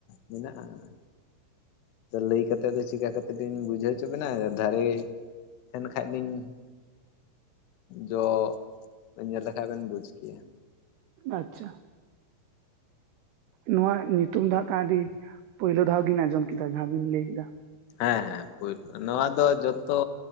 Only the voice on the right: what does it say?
ᱟᱪᱪᱷᱟ᱾ ᱱᱚᱣᱟ ᱧᱩᱛᱩᱢ ᱫᱚᱦᱟᱜ ᱠᱷᱟ ᱟᱹᱰᱤ ᱯᱳᱭᱞᱳ ᱫᱷᱟᱣ ᱜᱤᱧ ᱟᱸᱡᱚᱢ ᱠᱮᱫᱟ ᱡᱟᱦᱟᱸ ᱵᱤᱱ ᱞᱟᱹᱭ ᱠᱮᱫᱟ᱾